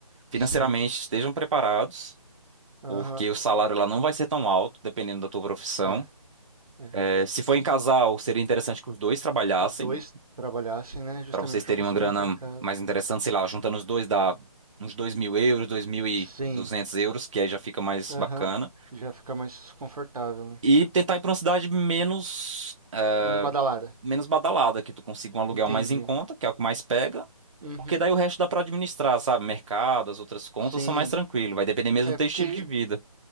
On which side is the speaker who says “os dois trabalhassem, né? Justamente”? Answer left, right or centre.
Right